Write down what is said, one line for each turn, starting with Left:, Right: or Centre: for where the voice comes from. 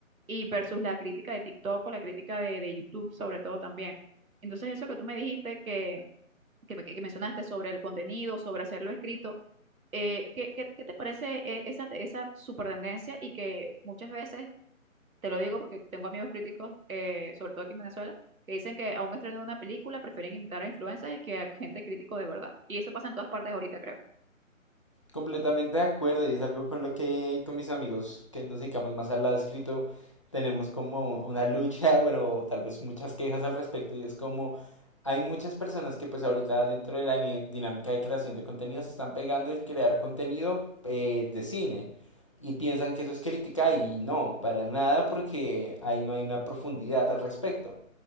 Right: y versus la crítica de TikTok o la crítica de, de YouTube, sobre todo también. Entonces, eso que tú me dijiste que que, me- que mencionaste sobre el contenido, sobre hacerlo escrito. eh, ¿qué, qué- qué te parece eh, esa, esa super tendencia y que muchas veces, te lo digo porque tengo amigos críticos, eh, sobre todo aquí en Venezuela, que dicen que a un estreno de una película prefieren invitar a influencers que a gente crítico de verdad. Y eso pasa en todas partes ahorita, creo.
Left: Completamente de acuerdo y es algo con lo que con mis amigos que nos dedicamos más al lado escrito tenemos como una lucha, <laughs> bueno, tal vez muchas quejas al respecto y es como hay muchas personas que pues ahorita dentro de la ni- dinámica de creación de contenido se están pegando el crear contenido eh, de cine y piensan que eso es crítica y no, para nada porque ahí no hay una profundidad al respecto.